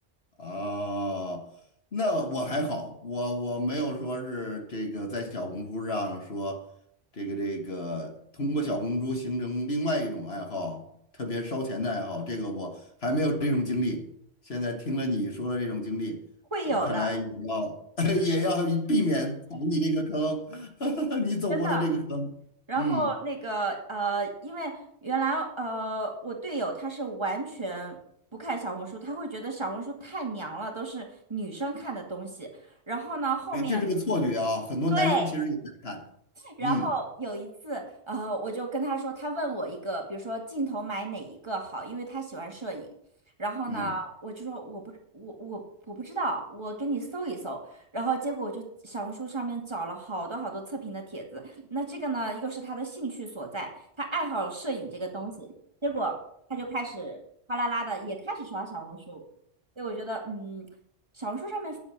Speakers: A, on the left (about 65°); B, on the right (about 25°).
A: 哦，那我还好，我我没有说是这个在小红书上说这个这个通过小红书形成另外一种爱好，特别烧钱的爱好，这个我还没有这种经历。现在听了你说的这种经历，
B: 会有的，
A: 我看来也要 <laughs> 也要避免踩你这个坑，<laughs> 你走过的这个坑。
B: 真的。然后那个呃，
A: 嗯，
B: 因为原来呃，我队友他是完全不看小红书，他会觉得小红书太娘了，都是女生看的东西。然后呢，后面
A: 哎，这是个错觉啊，很多男生其实也在看。
B: 对然后有一次，
A: 嗯
B: 呃，我就跟他说，他问我一个，比如说镜头买哪一个好，因为他喜欢摄影。然后呢，
A: 嗯。
B: 我就说我不，我我我不知道，我给你搜一搜。然后结果我就小红书上面找了好多好多测评的帖子。那这个呢，又是他的兴趣所在，他爱好摄影这个东西。结果他就开始哗啦啦的也开始刷小红书。所以我觉得，嗯，小红书上面